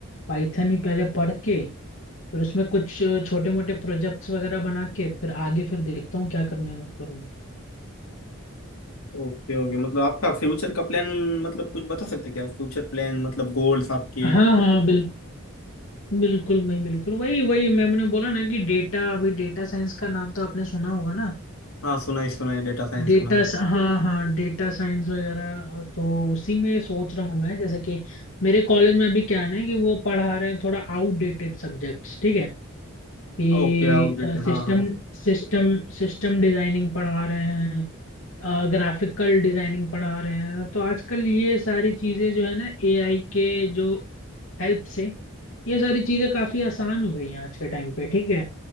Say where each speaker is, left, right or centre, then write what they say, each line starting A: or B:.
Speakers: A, on the left (about 65°); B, on the left (about 80°).
A: पाइथन ही पहले पढ़ के फिर उसमें कुछ छोटे मोटे प्रोजेक्ट्स वगैरह बना के फिर आगे फिर देखता हूँ क्या करने करूँगा
B: ओके ओके मतलब आपका फ्यूचर का प्लान मतलब कुछ बता सकते हैं क्या फ्यूचर प्लान मतलब गोल्स आपके
A: हाँ हाँ बिल्कुल बिल्कुल मैं बिल्कुल वही वही मैं- मैंने बोला ना कि डेटा अभी डेटा साइंस का नाम तो आपने सुना होगा ना
B: हाँ सुना है सुना है डेटा साइंस
A: डेटा
B: का नाम
A: हाँ हाँ डेटा साइंस वगैरह तो उसी में सोच रहा हूँ मैं जैसे कि मेरे कॉलेज में अभी क्या है ना कि वो पढ़ा रहे हैं थोड़ा आउटडेटेड सब्जेक्ट्स ठीक है कि
B: ओके आउटडेटेड
A: सिस्टम
B: हाँ हाँ
A: सिस्टम सिस्टम डिजाइनिंग पढ़ा रहे हैं ग्राफिकल डिजाइनिंग पढ़ा रहे हैं तो आजकल ये सारी चीजें जो है ना एआई के जो हेल्प से ये सारी चीजें काफी आसान हो गई हैं आज के टाइम पे ठीक है